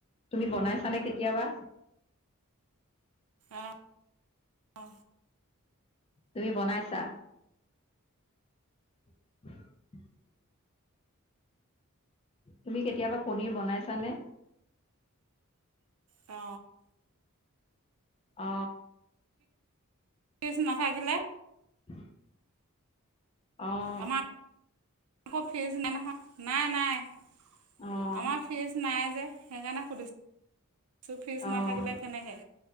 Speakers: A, on the left (about 25°); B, on the right (about 80°).
A: তুমি বনাইছানে কেতিয়াবা
B: অ', অ
A: তুমি বনাইছা <unintelligible> তুমি কেতিয়াবা পনিৰ বনাইছানে
B: অ
A: অ
B: <inaudible>
A: <unintelligible> অঁ
B: আমাৰ আকৌ ফ্ৰিজ নাই নহয় নাই নাই আমাৰ
A: অঁ
B: ফ্ৰিজ নাই যে সেইকাৰণে সুধিছো ফ্ৰিজ
A: অঁ
B: নাথাকিলে কেনেকে